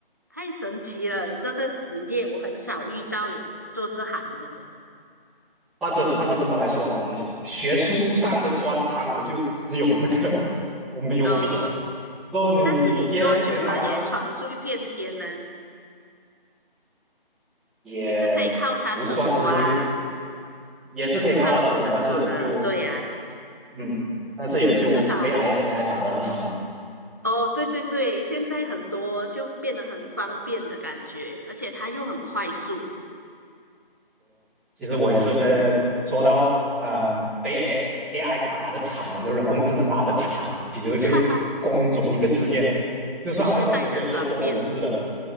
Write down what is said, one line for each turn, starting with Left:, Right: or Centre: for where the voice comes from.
Right: 太神奇了！这个职业我很少遇到有做这行的人
Centre: 或者或者这么来说啦，你学术上的专长我就只有这个，我没有别的。
Right: 啊、呃
Centre: 说你你你别你反正
Right: 但是你做久了也闯出一片天呢，
Centre: 也不算是因为
Right: 也是可以靠它生活啊，
Centre: 也是可以靠它生活，
Right: 算是很好了。
Centre: 但是就
Right: 对呀、
Centre: 嗯，但是也就被
Right: 至少
Centre: AI AI 打得很惨了。
Right: 哦，对对对，现在很多就变得很方便的感觉，而且它又很快速。
Centre: 其实我也是在说到嗯被
Right: 嗯，
Centre: AI AI 打得惨的，就人工智能打得惨的其中一个
Right: <laughs> 哈哈，
Centre: 工种一个职业，就是好像我们这里做做文字的。
Right: 时代的转变。